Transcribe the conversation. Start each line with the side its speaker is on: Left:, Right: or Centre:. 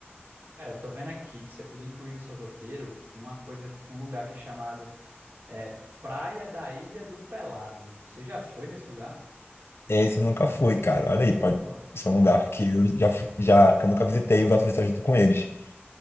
Right: Cara, tô vendo aqui que você podia incluir no seu roteiro uma coisa, um lugar aqui chamado é, Praia da Ilha do Pelado. Você já foi nesse lugar?
Left: Esse eu nunca fui, cara. Olha aí, pode
Right: Pô,
Left: ser um lugar que eu já, fu- já que eu nunca visitei e gosto de estar junto com eles. O